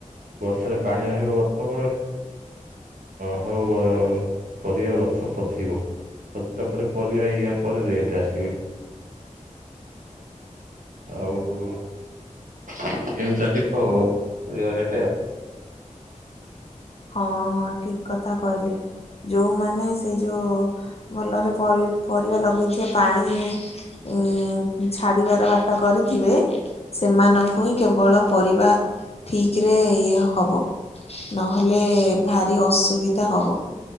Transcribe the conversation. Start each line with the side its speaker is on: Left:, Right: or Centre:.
Right: ବର୍ଷାରେ ପାଣି ରହିବ ଗଛ ମୂଳରେ। ହେଉ ପରିବା ଗଛ ପଚିବ ପଚିଲା ପରେ ପରିବା ଇଆ ପରେ ରେଟ୍ ଆସି ଆଉ କଣ ଏମିତି ଚାଲିିବ <unintelligible>
Left: ହଁ ହଁ ଠିକ୍ କଥା କହିଲେ ଯୋଉମାନେ ସେଇ ଯୋଉ ଭଲରେ ପରି ପରିବା ଲଗେଇଥିବା ପାଣି ଉ ଛାଡିବାର ବାଟ କରିଥିବେ। ସେମାନଙ୍କୁ ହିଁ କେବଳ ପରିବା ଠିକ୍ ରେ ଇଏ ହବ। ହେଲେ ଭାରି ଅସୁବିଧା ହବ।